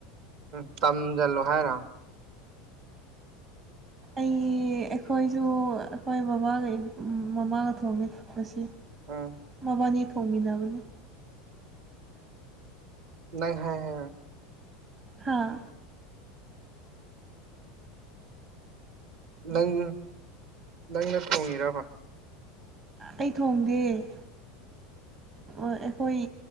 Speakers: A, on the right; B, on the right.
A: ꯎꯝ ꯇꯝꯁꯤꯜꯂꯣ ꯍꯥꯏꯔ
B: ꯑꯩ ꯑꯩꯈꯣꯏꯁꯨ ꯑꯩꯈꯣꯏ ꯕꯕꯥꯒ ꯃꯃꯥꯒ ꯊꯣꯡꯉꯦ ꯃꯁꯤ
A: ꯎꯝ
B: ꯃꯕꯥꯅꯤ ꯊꯣꯡꯃꯤꯟꯅꯕꯅꯤ
A: ꯅ ꯍꯥꯏ
B: ꯍꯥꯥ
A: ꯅꯪ ꯅꯪꯅ ꯊꯣꯡꯉꯤꯔꯕ
B: ꯑꯩ ꯊꯣꯡꯗꯦ ꯑꯩꯈꯣꯏ